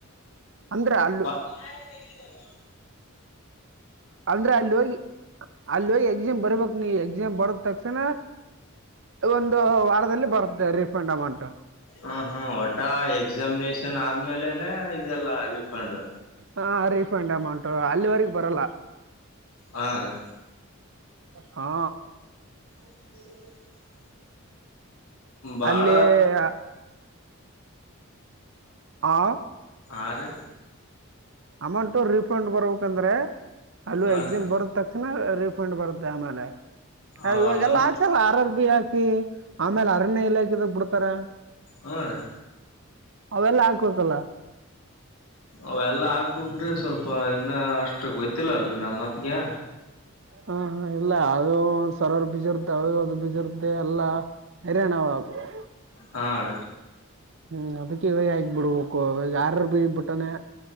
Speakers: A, on the right (about 60°); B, on the left (about 80°).
A: ಅಂದ್ರೆ ಅಲ್ಲ
B: ಆಮೇಲೆ ಈಸಕೊಡು
A: ಅಂದ್ರೆ ಅಲ್ಲಿ ಹೋಗಿ ಅಲ್ಲಿ ಹೋಗಿ ಎಕ್ಸಾಮ್ ಬರ್ಬೇಕಕ್ ನೀ ಎಕ್ಸಾಮ್ ಬರ ತಕ್ ಕ್ಷಣ ಒಂದು ವಾರದಲ್ಲಿ ಬರುತ್ತದೆ ರೀಫಂಡ್ ಅಮೌಂಟ್
B: ಹ ಹಾ ಒಟ್ಟ ಎಕ್ಸಾಮಿನೇಷನ್ ಆದ್ಮೇಲೆನೆ ಇದೆಲ್ಲ ರರಿಫಂಡ್
A: ಹಾ ರೀಫಂಡ್ ಅಮೌಂಟ ಅಲ್ಲಿವರೆಗೆ ಬರಲ್ಲ
B: ಹಾ ರೀ
A: ಹಾ
B: <inaudible> ಬಾಳ
A: ಅಲ್ಲಿ ಹಾ ಹಾ
B: ಆ ರಿ
A: ಅಮೌಂಟು ರೀಫಂಡ್ ಬರ್ಬೇಕಂದ್ರೆ ಅಲ್ಲೂ
B: ಹಾ
A: ಎಕ್ಸಿಮ್
B: ರೀ
A: ಬರ ತಕ್ಷಣ ರೀಫಂಡ್ ಬರುತ್ತೆ ಆಮೇಲೆ ಅ
B: ಆ
A: ಇವಾಗೆಲ್ಲ
B: ನಮ್
A: ಹಾಕಲ್ಲ ಅರರ್ಬಿ ಹಾಕಿ ಆಮೇಲೆ ಅರಣ್ಯ ಇಲಾಖೆ ಎಲ್ಲ ಹಾಕಿದಾಗ ಬಿಡ್ತಾರ
B: ಹಾ ರೀ
A: ಅವೆಲ್ಲ ಹಾಕ್ಬೇಕಲ್ಲ
B: ಅವ ಎಲ್ಲ ಆಗ್ಬ್ರಿ ಸ್ವಲ್ಪ ಇನ್ನ ಅಷ್ಟು ಗೊತ್ತಿಲ್ಲ ಅಲ್ರಿ ನಮ್ಮ ಮತ್ಗೆ
A: ಹಾ ಹ ಇಲ್ಲ ಅದು ಒ ಸರವರ್ ಬೀಜರುದೆ ಅವಾಗ ಅದು ಬೀಜ ಇರ್ತ್ತ ಎಲ್ಲಾ <unintelligible>
B: ಹಾ ರಿ
A: ಹ್ಮ್ ಅದಕ್ಕೆ ಇವಾಗ ಆಗ್ ಬಿಡ್ಬೇಕು ಅವಾಗ ಯಾರ ಬಿಟ್ಟಿದ್ದಾನೆ